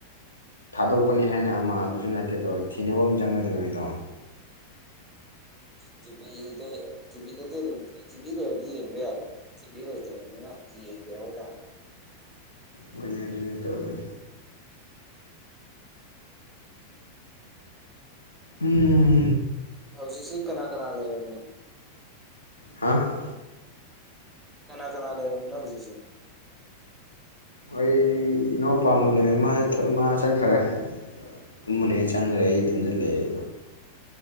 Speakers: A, on the left; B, in the centre.
A: ꯊꯥꯗꯣꯛꯄꯅꯤ ꯍꯥꯏꯅ ꯑꯃ ꯑꯗꯨꯁꯨ ꯅꯠꯇꯦꯗ ꯊꯤꯅꯕ ꯑꯃ ꯆꯪꯒꯗꯣꯏꯅꯤꯗꯣ꯫
B: ꯇꯤꯚꯤꯗ ꯇꯤꯚꯤꯗꯗꯤ ꯑꯗꯨꯝ ꯇꯤꯚꯤꯗꯔꯗꯤ ꯌꯦꯡꯕ ꯌꯥꯕ꯫ ꯒꯤꯕꯤ ꯁꯨ ꯂꯩꯇꯕꯅꯤꯅ ꯌꯦꯡꯗꯦ ꯍꯥꯏ ꯇꯥꯔꯦ꯫
A: ꯑꯣꯏꯅ ꯑꯣꯏꯅ ꯑꯗꯨꯡ ꯇꯧꯋꯏ꯫ ꯎꯝ꯫
B: ꯍꯧꯖꯤꯛꯁꯤ ꯀꯅꯥ ꯀꯅꯥ ꯂꯩꯔꯝꯃꯤꯅꯣ꯫
A: ꯍꯥꯥ꯫
B: ꯀꯅꯥ ꯀꯅꯥꯥ ꯂꯩꯔꯝꯃꯤꯅꯣ ꯍꯧꯖꯤꯛꯁꯦ꯫
A: ꯑꯩ ꯏꯅꯥꯎꯄꯥ ꯑꯃꯒ ꯂꯩꯃꯤꯟꯅꯩ ꯃꯥꯗꯤ ꯃꯥ ꯆꯠꯈ꯭ꯔꯦ꯫ ꯇꯨꯝꯃꯨꯅꯤ ꯆꯪꯈ꯭ꯔꯦ ꯑꯩ ꯏꯊꯟꯗ ꯂꯩꯌꯦ꯫